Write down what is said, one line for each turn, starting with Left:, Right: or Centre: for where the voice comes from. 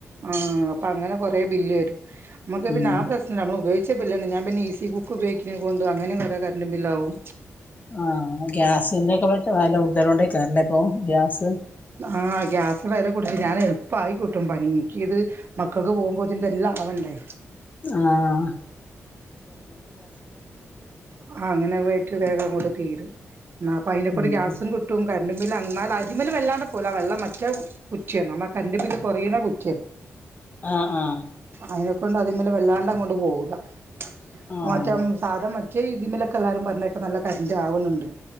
Right: ആ അപ്പ ങ്ങനെ കൊറെ ബില്ല് വരും നമ്മക്ക് പിന്നെ
Left: ഉം
Right: ആ പ്രശ്നം നമ്മളുപയോയ്ച പില്ലെന്നെ ഞാ പിന്നെ ഈസി കുക്ക് പയോയ്ക്കിണെ കൊണ്ട് അങ്ങനെ കൊറെ കര്ന്റ്ബില്ലാവും
Left: ആ ഗ്യാസ്ൻ്റെ ക്കെ വെല കൂടുതലോനെയ്ക്കാരലെ പ്പൊ ഗ്യാസ്
Right: ആ ഗ്യാസ്‌ന് വെല കൂട്ടി ഞാനെൾപ്പായി കിട്ടും പണി ന്ക്കിത് മക്കക്ക് പോവുമ്പോത്ത്ന് ഇതെല്ലാം ആവണ്ടെ പോവുമ്പോത്തിനിതെല്ലാവണ്ടേ
Left: ആ
Right: ആ അങ്ങനാവയ്ക്ക് വേഗങ്ങോട്ട് തീരും ആ അപ്പൊ അയ്നക്കൂടെ
Left: ഉം
Right: ഗ്യാസും കിട്ടും കര് ന്നാൽ അതിമ്മല് വല്ലാണ്ട്ക്കൂല വെള്ളം മറ്റേ കുറ്റ്യാണ് നമ്മ കര്ബില്ല് കുറയ്ണ കുറ്റ്യാണ്
Left: അ ആ
Right: അയ്നെക്കൊണ്ട് അതിമ്മല് വല്ലാണ്ടങ്ങണ്ട് പോവൂലാ
Left: ആഹ്
Right: അ മറ്റം സാധാ മ് റ്റെ തിമ്മലൊക്കെ ല്ലാരും പറ്ഞ്ഞേക്ക നല്ല കര്ന്റാവ്ണ് ണ്ട്ന്ന്